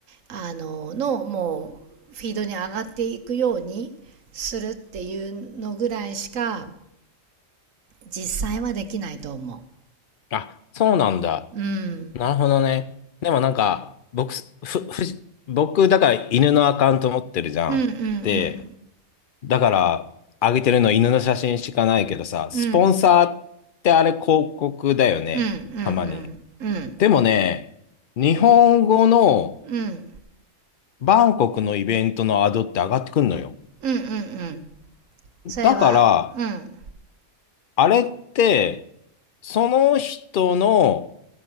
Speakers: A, on the right; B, on the left.
A: あののもうフィードに上がっていくようにするっていうのぐらいしか実際はできないと思
B: あ、そうなんだ。
A: う。うん、
B: なるほどね。でもなんか、僕、ふ、ふじ、僕、だから犬のアカウント持ってるじゃん。
A: うんうん
B: で、だから、あげてるの犬の写真しかないけどさ、スポンサーってあれ広告だよね。
A: うんうんうんうんうんうん
B: たまに。でもね、日本語の
A: うんうん
B: バンコクのイベントのアドって上がってくんのよ。
A: うんうんそれはうんうん
B: だから、あれって、その人の